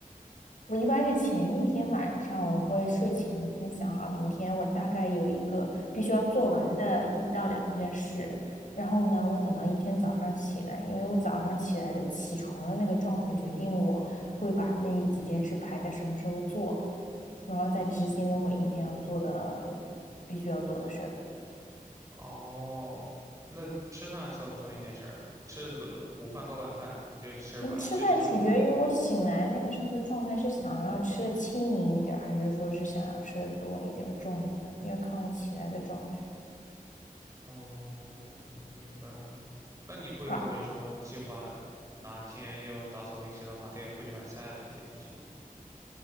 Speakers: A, on the left; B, on the right.
A: 我一般是前一天晚上，我会睡前先想好明天我大概有一个必须要做完的一到两件事，然后呢，我等到一天早上起来，因为我早上起来的起床的那个状态决定我会把那几件事排在什么时候做，然后再执行我每一天要做的必须要做的事儿。
B: 哦，那吃饭算不算一件事儿？吃的午饭和晚饭，那就吃吧，
A: 嗯，吃饭取决于我醒来那个时候的状态，
B: 决定吧。
A: 是想要吃的轻盈一点儿，还是说是想要吃的多一点儿、重一点儿，要看我起来的状态。
B: <laughs> 哦，明白了。那你会好比说计划哪天要打扫卫生，
A: 好。
B: 哪天要出去买菜这些东西吗？